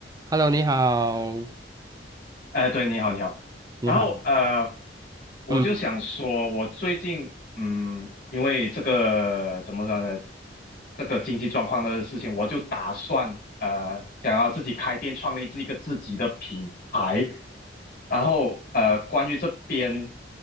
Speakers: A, on the right; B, on the left.
A: Hello，你好，
B: 哎，对，你好，你好。
A: 你好，
B: 然后呃，我就想说，
A: 嗯，
B: 我最近嗯，因为这个怎么说呢，这个经济状况的事情，我就打算呃，想要自己开店，创立自一个自己的品牌。然后呃，关于这边，